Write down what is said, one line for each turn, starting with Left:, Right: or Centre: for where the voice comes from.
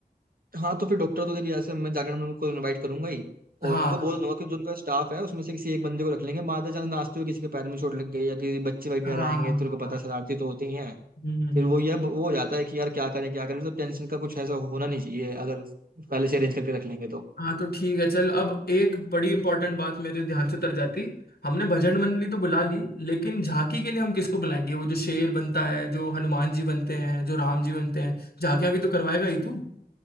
Right: हाँ तो फिर डॉक्टर तो देखिए ऐसे मैं जाकर मैं उनको इनवाइट करूंगा ही
Left: हाँ
Right: और उनको
Left: हाँ
Right: बोल दूंगा कि जो उनका स्टाफ है उसमें से किसी एक बंदे को रख लेंगे बाय चांस नाचते हुए किसी के पैर में चोट लग गई या किसी बच्चे वगैरह
Left: हाँ
Right: आएंगे
Left: हाँ
Right: तो उनको
Left: हाँ हाँ।
Right: पता शरारती तो होते ही हैं
Left: हम्म हम्म
Right: फिर
Left: हम्म।
Right: वो ये वो हो जाता है कि यार क्या करें क्या करें तो टेंशन का कुछ ऐसा होना नहीं चाहिए अगर पहले से अरेंज करके रख लेंगे तो
Left: हाँ तो ठीक है चल अब एक बड़ी इंपॉर्टेंट बात मेरे ध्यान से तर जाती हमने भजन मंडली तो बुला ली लेकिन झांकी के लिए हम किसको बुलाएंगे वो जो शेर बनता है जो हनुमान जी बनते हैं जो राम जी बनते हैं झांकियां भी तो करवाएगा ही तू